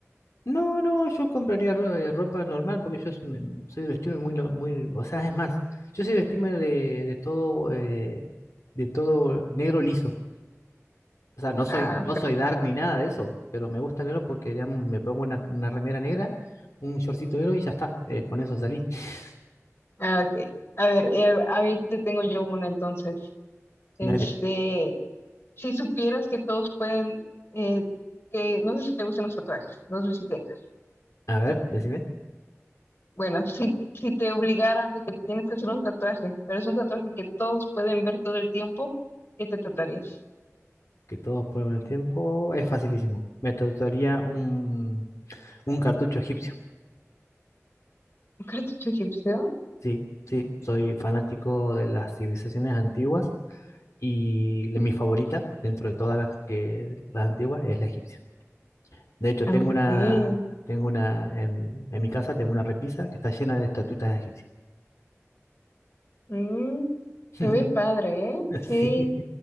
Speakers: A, on the left; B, on the left.
A: No, no, yo compraría ro- eh, ropa normal porque yo s- me- soy de vestirme muy, no- muy, o sea, es más, yo soy de vestirme de, de todo, eh, de todo negro liso. O sea, no soy,
B: Ah,
A: no
B: perfecto.
A: soy dark ni nada de eso, pero me gusta el negro porque digamos, me pongo una, una remera negra, un shortcito negro y ya está. eh, con eso salí. <laughs>
B: Ah, ok. A ver, eh, ahí te tengo yo una entonces. Este,
A: Dale.
B: si supieras que todos pueden, eh, que no sé si te gustan los tatuajes, no sé si tengas.
A: A ver, decime,
B: Bueno, si, si te obligaran de que tienes que hacer un tatuaje, pero es un tatuaje que todos pueden ver todo el tiempo, ¿qué te tatuarías?
A: que todos ponen el tiempo. Es facilísimo. Me tatuaría un, un cartucho egipcio.
B: cartucho egipcio?
A: Sí, sí, soy fanático de las civilizaciones antiguas y la- mi favorita dentro de todas las que las antiguas es la egipcia. De hecho,
B: Aunque,
A: tengo una, tengo una en, en mi casa tengo una repisa que está llena de estatuitas egipcias.
B: mm,
A: <laughs>
B: se ve padre, ¿eh? Sí,
A: Sí,